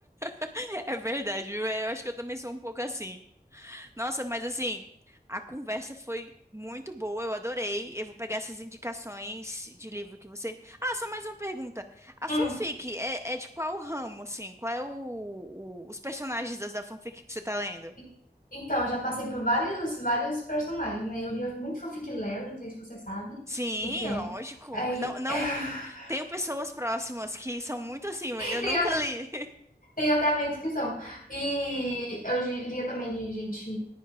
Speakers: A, on the right; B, on the left.
A: <laughs> É verdade, viu? eu acho que eu também sou um pouco assim. Nossa, mas assim, a conversa foi muito boa, eu adorei. Eu vou pegar essas indicações de livro que você. Ah, só mais uma pergunta. A
B: Hum.
A: fanfic é, é de qual ramo, assim? Qual é o, o- os personagens das, da fanfic que você tá lendo?
B: E- Então, eu já passei por vários, vários personagens, né? Eu lia muito Fanfic Larry, não sei se você sabe o
A: Sim,
B: que que é.
A: lógico.
B: Aí,
A: Não, não,
B: <laughs>
A: tenho pessoas próximas que são muito assim, mas eu
B: tem,
A: nunca li. <laughs>
B: Tenho até amigos que são. E eu de- lia também de gente